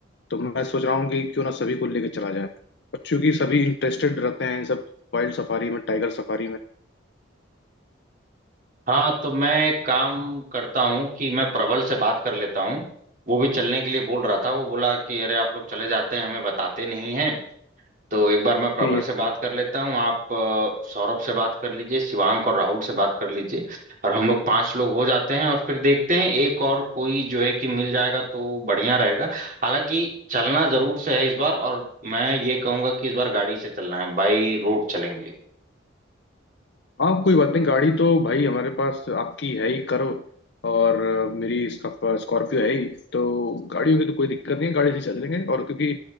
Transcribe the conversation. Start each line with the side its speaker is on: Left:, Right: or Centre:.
Left: तो मैं सोच रहा हूँ कि क्यों ना सभी को लेके चला जाए और चूंकि सभी इंटरेस्टेड रहते हैं इन सब वाइल्ड सफारी में टाइगर सफारी में
Right: हाँ तो मैं एक काम करता हूँ कि मैं प्रबल से बात कर लेता हूँ वो भी चलने के लिए बोल रहा था वो बोला कि अरे आप लोग चले जाते हैं हमें बताते नहीं हैं तो एक बार मैं प्रबल
Left: ठीक
Right: से बात कर लेता हूँ आप अ, सौरभ से बात कर लीजिए शिवांक और राहुल से बात कर लीजिए और हम लोग पांच लोग हो जाते हैं और फिर देखते हैं एक और कोई जो है कि मिल जाएगा तो बढ़िया रहेगा हालांकि चलना जरूर से है इस बार और मैं ये कहूंगा कि इस बार गाड़ी से चलना है बाई रोड चलेंगे
Left: हाँ कोई बात नहीं गाड़ी तो भाई हमारे पास आपकी है ही कर्व और अ, मेरी स्कॉर्पियो है ही तो गाड़ियों की तो कोई दिक्कत नहीं है गाड़ी से चल लेंगे और क्योंकि